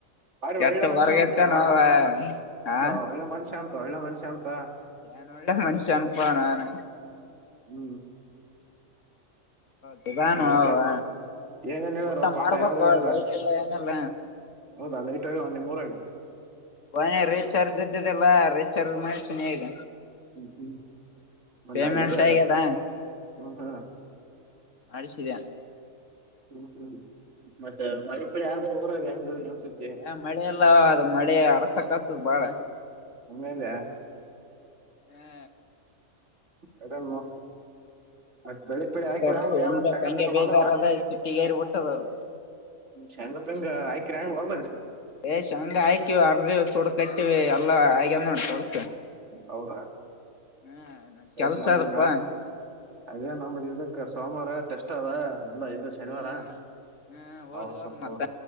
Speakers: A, on the right; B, on the left.
A: ಬಾರಿ
B: ಕೆಟ್ಟ
A: ಒಳ್ಳೆ ಮನುಷ್ಯ
B: ಬರ್ಗತ್ತ
A: ಅಂತವಾ
B: ನೋವ ಹಾ
A: ಇವಾ ಒಳ್ಳೆ ಮನುಷ್ಯ ಅಂತ ಒಳ್ಳೆ ಮನುಷ್ಯ ಅಂತ
B: ನ್ ಒಳ್ಳೆ ಮನುಷ್ಯ ಅನಪಾನ ನಾನು
A: ಹೂ
B: ನಿಧನು ಯವ್ವ
A: ಊಟ ಏನೇನ್ ಹೇಳಾರ
B: ಊಟ
A: ಪಾಠ
B: ಮಾಡ್ಬೇಕ
A: ಯಾವ್ದ ಹೇಳಾರ
B: ಲೈಟ್್ ಎಲ್ಲ ಏನಿಲ್ಲ
A: ಹೌದಾ ಲೈಟ್ ಆಗಿ ಒಂದ ನಿಮ್ಮ ಊರಾಗ
B: ಒನ ರೀಚಾರ್ಜ್ ಇದ್ದಿದಿಲ್ಲ ರೀಚಾರ್ಜ್ ಮಾಡ್ಸನಿ ಈಗ
A: ಹೂ ಹೂ ಮಲ್ಲದ
B: ಪೇಮೆಂಟ್ ಆಗ್ಯದ
A: ಹ ಹಾ
B: ಆಡಿಸಿದೆ
A: ಹ್ಹೂ ಮತ್ತು ಮತ್ತೆ ಮರಿಪಳಿ ಆದ್ರ ಊರಾಗ ಹೆಂಗ ಸುದ್ದಿ
B: ಆ ಮಳೆಲ್ಲ ಅದು ಮಳೆ ಅರಸಕ ಆತದ ಬಾಳ
A: ಹಂಗಂದೆ
B: ಹ
A: ಥಡೆಮೊ ಮತ್ತ ಬೆಳಿಗ್ ಬೆಳಿ
B: ಆದ್
A: ಹಾಕಿರ
B: ವರ್ಷ
A: ಅಂಗ
B: ಹೆಂಗ್ಬೇಕ್
A: ಏನ
B: ಹಂಗೆ
A: ಸಂಗ
B: ಬೇಜಾರದ
A: ಬಂದವ.
B: ಸಿಟ್ಟಿಗೇರಿ ಬಿಟ್ಟದ ಅದು
A: ಶಂಗ ಪೆಂಗ ಹಾಕಿರ ಏನ್ ಹೊಲ್ದಾಗ
B: ಯ ಶೇಂಗ ಹಾಕಿ ಅರ್ಧಿವ ಸೂಡ್ ಕಟ್ಟಿವಿ ಎಲ್ಲ ಆಗೆದ್ದ ನೋಡ ಕೆಲ್ಸ
A: ಹೌದಾ.
B: ಹ್ಮ್ ನನ್
A: ತಾ
B: ಕೆಲ್ಸ
A: ನಂಬದ
B: ಅದಪ್ಪಾ
A: ಅದೇ ನಂಬದ ಇದಕ್ಕ ಸೋಮರ ಟೆಸ್ಟ್ ಅದ. ಇಲ್ಲ ಇದ ಶನಿವಾರ
B: ಹ್ಮ್ ಹ್ಮ್
A: ಹದ
B: ಓದ್ ಓದ್
A: ಸೊಪ್ಪ
B: ಮತ್ತ